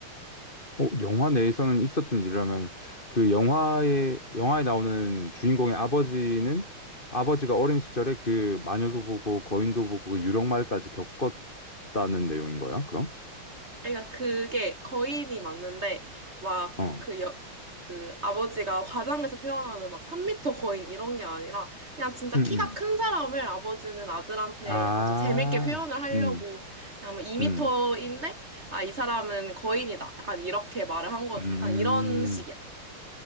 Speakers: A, on the left; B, on the right.
A: 어, 영화 내에서는 있었던 일이라면 그 영화에 영화에 나오는 주인공의 아버지는 아버지가 어린 시절에 그 마녀도 보고 거인도 보고 그 유령말까지 겪었다는 내용인 거야? 그럼?
B: 그러니까 그게 거인이 맞는데 막
A: 어.
B: 그 여, 그 아버지가 과장해서 표현하는 막 3미터 거인 이런 게 아니라 그냥 진짜
A: 음, 음.
B: 키가 큰 사람을 아버지는 아들한테
A: 아.
B: 약간 좀 재밌게 표현을 하려고
A: 음.
B: 그냥 뭐 2미터인데
A: 음.
B: 아, 이 사람은 거인이다. 약간 이렇게 말을 한 거지.
A: 음.
B: 약간 이런 식이야.